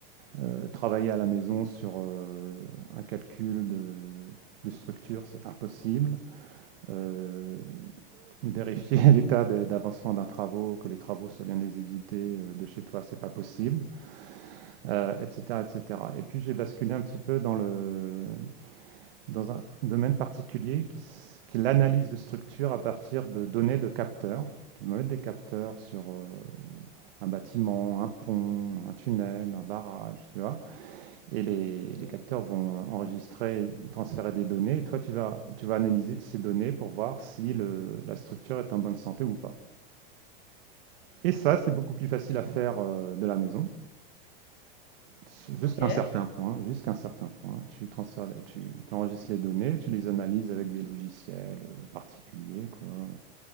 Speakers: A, on the right; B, on the left.
A: Euh, travailler à la maison sur euh, un calcul de, de structure, c'est impossible. Euh, Vérifier <laughs> l'état de- d'avancement d'un travaux, que les travaux soient bien exécutés euh, de chez toi, c'est pas possible, euh, etc., etc. Et cetera. Et puis j'ai basculé un petit peu dans le dans un domaine particulier qui, s- qui est l'analyse de structure à partir de données de capteurs. Tu peux mettre des capteurs sur euh, un bâtiment, un pont, un tunnel, un barrage, tu vois. Et les,
B: Mmh.
A: les capteurs vont enregistrer
B: Mmh.
A: et transférer des données. Et toi, tu vas, tu vas analyser de ces données pour voir si le- la structure est en bonne santé ou pas. Et ça, c'est beaucoup plus facile à faire euh, de la maison, s- jusqu'à
B: OK.
A: un certain point. Jusqu'à un certain point, tu transfères, les- tu enregistres les données, tu les analyses avec des logiciels euh, particuliers, quoi.